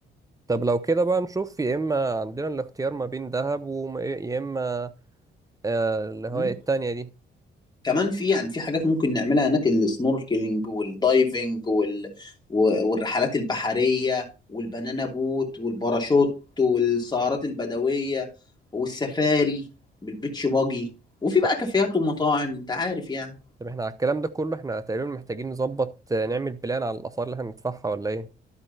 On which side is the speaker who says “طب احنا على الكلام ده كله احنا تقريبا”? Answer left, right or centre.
Right